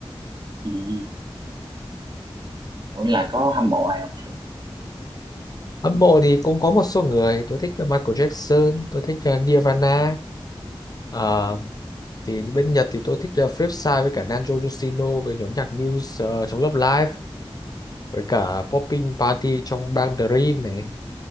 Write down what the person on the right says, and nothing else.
ừ. ừ. ủa là có hâm mộ ai không